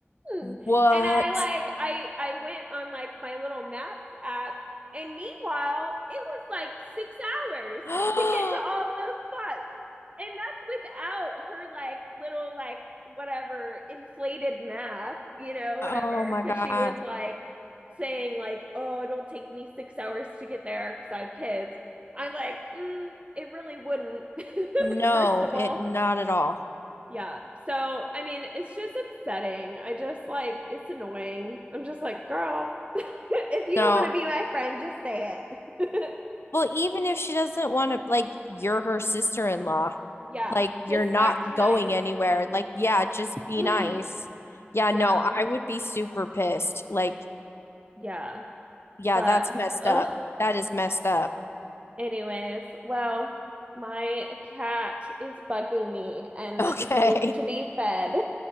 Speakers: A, on the right; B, on the left.
A: hmm. And
B: What?
A: I like I I went on like my little maps app, and meanwhile, it was like six hours
B: <gasps>
A: to get to all of those spots. And that's without her like little like whatever inflated math, you know, whatever,
B: Oh my
A: because
B: God.
A: she was like saying like, "Oh, it'll take me six hours to get there because I have kids." I'm like, mm, it really wouldn't. <laughs>
B: No,
A: First of all,
B: it not at all.
A: yeah. So, I mean, it's just upsetting. I just like, it's annoying. I'm just like, girl, <laughs> if you
B: No,
A: don't want to be my friend, just say it.
B: Well, even if she doesn't want to, like, you're her sister-in-law.
A: <laughs> yeah.
B: Like, you're
A: Just
B: not
A: act nice.
B: going anywhere. Like, yeah, just be
A: <sighs>
B: nice. Yeah,
A: yeah.
B: no, I would be super pissed. Like,
A: Yeah.
B: yeah,
A: But,
B: that's messed
A: ugh.
B: up. That is messed up.
A: Anyways, well, my cat is bugging me and
B: <laughs> Okay.
A: he needs to be fed.